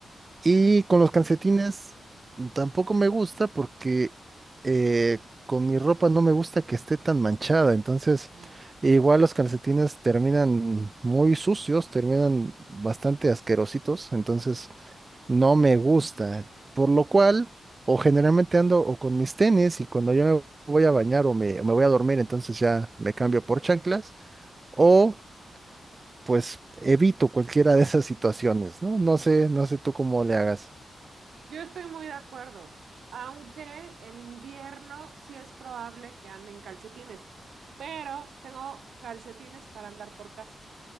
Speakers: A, on the right (about 25°); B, on the right (about 80°).
A: y con los calcetines tampoco me gusta porque eh, con mi ropa no me gusta que esté tan manchada. Entonces,
B: ujú.
A: igual los calcetines terminan muy sucios, terminan bastante asquerositos. Entonces, no me gusta. Por lo cual, o generalmente ando o con mis tenis y cuando yo me voy a bañar o me, me voy a dormir, entonces ya me cambio por chanclas. O pues evito cualquiera de esas situaciones, ¿no? No sé, no sé tú cómo le hagas.
B: Yo estoy muy de acuerdo, aunque en invierno sí es probable que ande en calcetines, pero tengo calcetines para andar por casa.